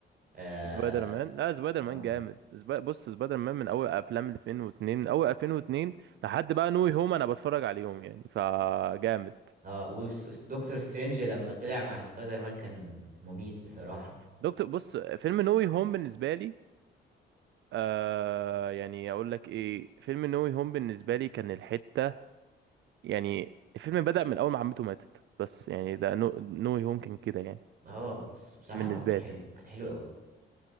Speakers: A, on the right; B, on the right.
A: اه
B: سبايدر مان لا سبايدر
A: اه
B: مان جامد سبا... بص سبايدر مان من اول افلام 2002 من اول 2002 لحد بقى نوي هوم انا بتفرج عليهم يعني فجامد
A: اه وس- وس- دكتور سترينج لما طلع مع سبايدر مان كان مميت بصراحة
B: دكتور بص فيلم نوي هوم بالنسبه لي آه يعني اقول لك ايه فيلم نوي هوم بالنسبه لي كان الحته يعني الفيلم بدأ من اول ما عمته ماتت بس يعني ده نو... نوي هوم كان كده يعني
A: اه بس بصراحة
B: بالنسبه
A: هو كان حلو
B: لي
A: كان حلو قوي